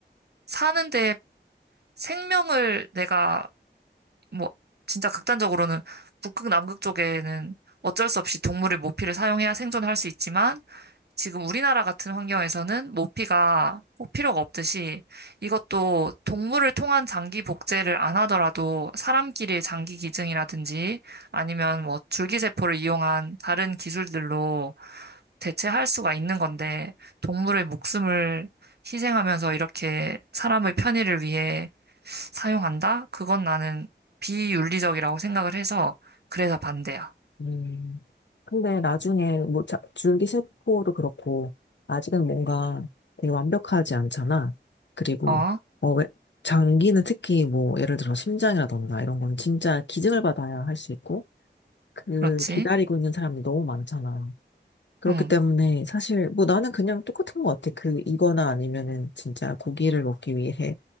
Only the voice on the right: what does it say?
사는데 생명을 내가 뭐 진짜 극단적으로는 북극 남극 쪽에는 어쩔 수 없이 동물의 모피를 사용해야 생존할 수 있지만 지금 우리나라 같은 환경에서는 모피가 꼭 필요가 없듯이 이것도 동물을 통한 장기 복제를 안 하더라도 사람끼리 장기 기증이라든지 아니면 뭐 줄기세포를 이용한 다른 기술들로 대체할 수가 있는 건데 동물의 목숨을 희생하면서 이렇게 사람의 편의를 위해 사용한다? 그건 나는 비윤리적이라고 생각을 해서 그래서 반대야.
어,
그렇지.
응,